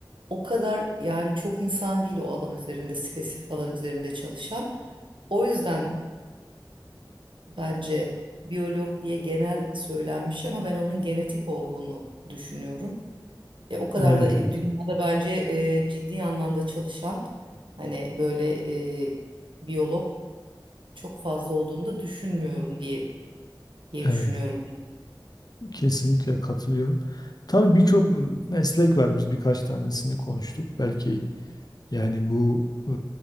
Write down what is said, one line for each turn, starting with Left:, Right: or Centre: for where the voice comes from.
Right: O kadar yani çok insan değil o alan üzerinde <laughs> spesifik alan üzerinde çalışan. O yüzden bence biyolog diye genel söylenmiş ama ben onun genetik olduğunu düşünüyorum. E, o kadar
Left: Evet,
Right: da e,
Left: evet.
Right: dünyada bence e, ciddi anlamda çalışan hani böyle e, biyolog çok fazla olduğunu da düşünmüyorum diye diye
Left: Evet.
Right: düşünüyorum.
Left: Kesinlikle katılıyorum. Tabii birçok m- meslek var. Biz birkaç tanesini konuştuk. Belki yani bu e,